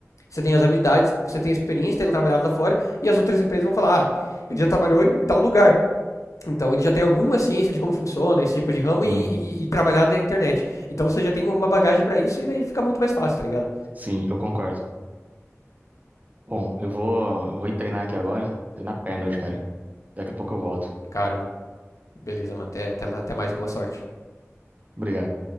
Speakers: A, on the left; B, on the right.
A: você tem as habilidades, você tem a experiência de ter trabalhado lá fora, e as outras empresas vão falar, ah, ele já trabalhou em tal lugar, então ele já tem alguma ciência de como funciona esse tipo de ramo
B: Sim,
A: e, e, e trabalhar da internet. Então você já tem uma bagagem pra isso e daí fica muito mais fácil, tá ligado?
B: sim, eu concordo. Bom, eu vou, eu vou ir treinar aqui agora. Treinar perna hoje, cara. Daqui a pouco eu volto.
A: Caramba, beleza, mano. Até, até, lá- até mais, boa sorte.
B: Obrigado.